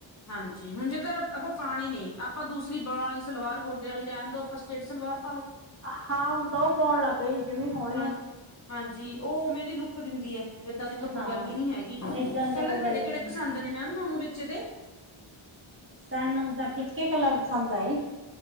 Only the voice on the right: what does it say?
ਹਾਂ, ਹੁਣ ਦੋ ਪੋਣ ਲੱਗ ਗਏ ਜਿਮੀਂ ਹੋਨੀ
ਐ।
ਹਾਂ
ਏਦਾਂ ਦਾ
ਕੋਈ ਗੱਲ
ਨੀ
ਸਾਨੂੰ ਤਾਂ ਫਿੱਕੇ ਕਲਰ ਪਸੰਦ ਆਏ।